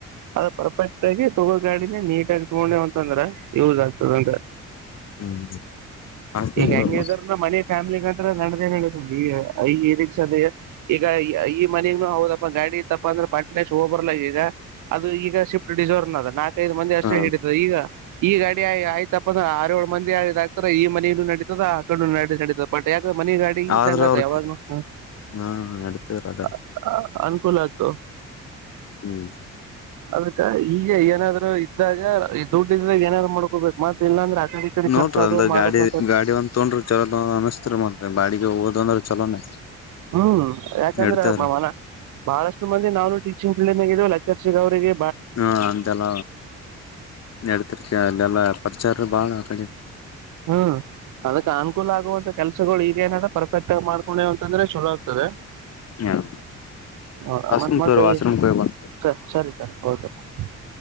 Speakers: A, on the right; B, on the left.
A: ಅದ ಪರ್ಫೆಕ್ಟ್ ಆಗಿ ತಗೋ ಗಾಡಿನೇ ನೀಟ್ ಆಗಿ ತಗೊಂಡೇವ ಅಂತಂದ್ರ ಯೂಸ್ ಆಗ್ತದೆ ಅಂದೇ.
B: <inaudible> ಅಷ್ಟನ್
A: ಈಗ
B: ತೋರಿ
A: ಹೆಂಗ
B: ಮತ್
A: ಇದ್ರನು ಮನಿ ಫ್ಯಾಮ್ಲಿಗಗಂಧ್ರೆ ನಡದೇ ನಡತದೆ ಈ ಈ ಇದಕ್ ಸದ ಈಗ ಈ ಮನಿಗ್ನು ಹೌದಪ್ಪ ಗಾಡಿ ತಪ್ಪ ಅಂದ್ರೆ ಪಟ್ನ ಹೋಗ್ ಬರ್ಲ್ಲಕ ಈಗ ಅದು ಈಗ ಶಿಫ್ಟ್ ಡಿಸವರ್ ಅದ ನಾಕ್. ಐದು ಮಂದಿ ಅಷ್ಟೇ
B: ಹ
A: ಹಿಡಿತ ಈಗ. ಈ ಗಾಡಿ ಆಯ್ತಪ್ಪಂದ್ರೆ ಆರ್ ಏಳು ಮಂದಿ ಆ ಆಕ್ತರ ಈ ಮನೀ. ನಡೀತದ ಅಕಾಡಿನು ನಡಿತದ ಬಟ್ ಯಾಕ್ ಮನ ಗಾಡಿ ಇದ್ದಂಗತ
B: ಆದ್ರ ಅವ್ರ
A: ಯಾವಾಗ್ ಹ್ಮ
B: ಹಾ ನಡತದ್ರ ಅದ
A: ಅ ಅ. ಅನುಕೂಲ ಆತ
B: ಹ್ಮ್
A: ಅದಕ್ಕ ಈಗ ಏನಾದ್ರು ಇದ್ದಾಗ ದುಡ್ಡ ಇದಾಗ ಏನಾದ್ರು ಮಾಡ್ಕೋಬೇಕು ಮತ್ ಇಲ್ಲಾ ಅಂದ್ರೆ ಆ. ಅಕಡಿ ಇಕಡಿ
B: ನೋಡ್ರಿ
A: ಕರ್ಚು ಅದುವು
B: ಅಂದ್ರ
A: ಮಾಡಬೇಕ
B: ಗಾಡಿ ಗಾಡಿ ಒಂದ ತೊಂಡ್ರಾ ಚಲೋ ತೊಂದ ಅನಸ್ತ ರಿ ಮತ್ತ ಬಾಡಿಗೆ ಹೋದನ ಅಂದ್ರ ಚಲೋನೆ. <inaudible>
A: ಹ್ಮ್ ಯಾಕಂದ್ರ
B: ನಡತದ್ರಿ
A: ಮನ ಬಳಷ್ಟು ಮಂದಿ ನಾನು ಟೀಚಿಂಗ್ ಫೀಲ್ಡ್ ಮಾಗ ಇದೀವಲ್ಲ. ಎಸ್ ಎಸ್ ಎಲ್ ಸಿ ದೇವ್ರಿಗೆ
B: ಹ್ಮ ಅಂತೆಲ್ಲ ನಡ್ತಿರ್ಕ ಅಲ್ಲೆಲ್ಲಾ ಪರ್ಚಾರ ಬಾಳ ಕ.
A: ಹ್ಮ್ ಅದಕ್ಕೆ ಅನುಕೂಲ ಆಗುವಟ ಕೆಲ್ಸಗಳು ಈಗೇನಾದ. ಪರ್ಫೆಕ್ ಆಗ್ ಮಾಡ್ಕೊಂವಿ ಅಂತದ್ರ ಚೊಲೋ. ತದ
B: ಹ್ಮ
A: ಹ
B: ಅಷ್ಟನ್
A: ಮತ್ತ ಮತ್ತ
B: ತೋರಿ
A: ರಿ
B: ವಾಶ್ರೂಮ್ ಹೋಗಿ ಬಾ
A: ಸರ್ ಸರಿ ಸರಿ ಓಕೆ ಪಾ